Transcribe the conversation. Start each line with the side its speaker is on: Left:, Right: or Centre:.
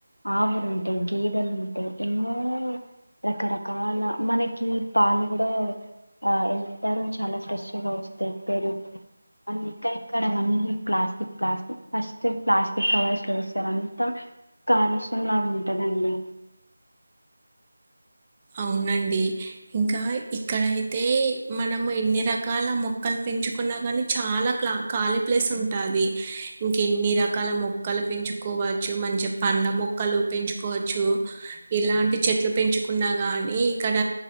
Left: ఆవులు ఉంటయ్ గేదలు ఉంటయ్ ఎన్నో రకరకాల మనకి పాలు కూడా ఆ ఎంటారు చాలా స్ట్రెస్ వస్తంది పేరు మ ఇక్క ఇక్కడ వన్న plastic plastic first plastic covers చూస్తారని అ కాలుష్యంలా ఉంటుదండి
Right: అవునండి. ఇంకా ఇక్కడయితే మనము ఎన్ని రకాల మొక్కలు పెంచుకున్నా గాని చాలా ఖాళీ ప్లేస్ ఉంటాది ఇంక ఎన్ని రకాల మొక్కలు పెంచుకోవచ్చు మంచి పండ్ ల మొక్కలు పెంచుకోవచ్చు ఇలాంటి చెట్లు పెంచుకొ ఉన్నా గాని ఇక్కడ